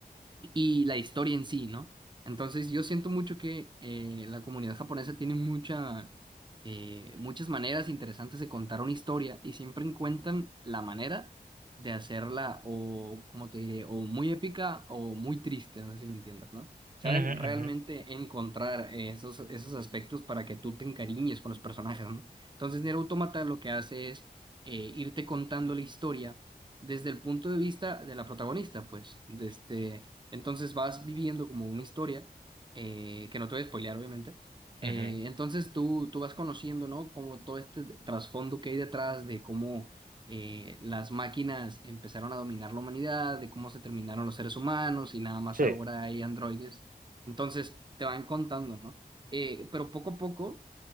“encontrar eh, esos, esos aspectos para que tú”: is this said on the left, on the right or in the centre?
Right